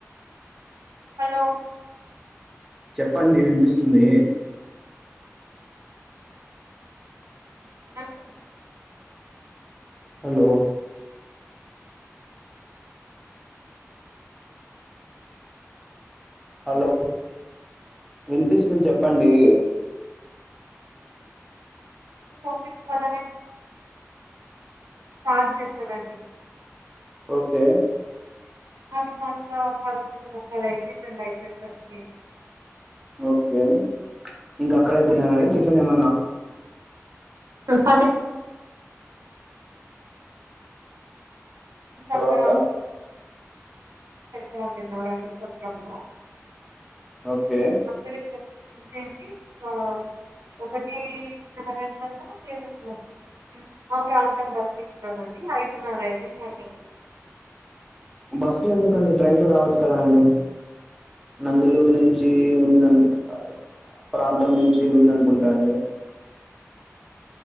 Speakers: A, on the right; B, in the centre.
A: హలో
B: చెప్పండి వినిపిస్తుంది
A: <unintelligible>
B: హలో హలో వినిపిస్తుంది చెప్పండి
A: <unintelligible> స్టార్ట్ చేశారండి
B: ఓకే
A: అది కాస్త పదకొండు ముక్కలు అయితే <unintelligible>
B: ఓకే ఇంక అక్కడే తిన్నరండి
A: హ్మ్.
B: టిఫిన్ ఏమన్న
A: <unintelligible>
B: తర్వాత
A: అక్కడ <unintelligible>
B: ఒకే
A: అక్కడ పూజ చేసి ఇగ ఒకటి దాంట్లో రెండు మా ప్రాంతం పట్టిచ్చినామండి ఐదున్నర అయిపోయిందండి
B: బస్సుల ఎందుకండి ట్రైన్లు రావచ్చు కదా అండి నందులూరు నుంచి ఉంది అనుకుంటారు ప్రాంతం నుంచి ఉంది అనుకుంటా అండి